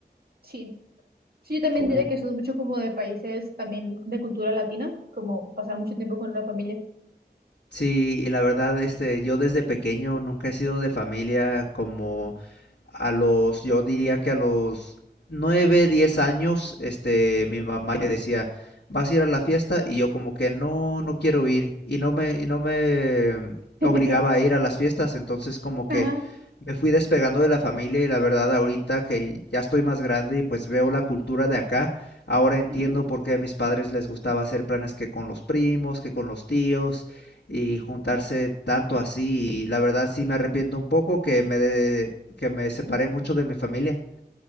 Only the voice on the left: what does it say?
Como,
Sí, y la verdad, este, yo desde pequeño nunca he sido de familia como a los, yo diría que a los 9 10 años, este, mi mamá me decía, ¿vas a ir a la fiesta? Y yo como que no, no quiero ir y no me, y no me
obligaba a ir a las fiestas, entonces como que
me fui despegando de la familia y la verdad ahorita que ya estoy más grande y pues veo la cultura de acá, ahora entiendo
por qué a mis padres les gustaba hacer planes que con los primos, que con los tíos y juntarse tanto así. Y la verdad sí me arrepiento un poco que me, de- que me separé mucho de mi familia.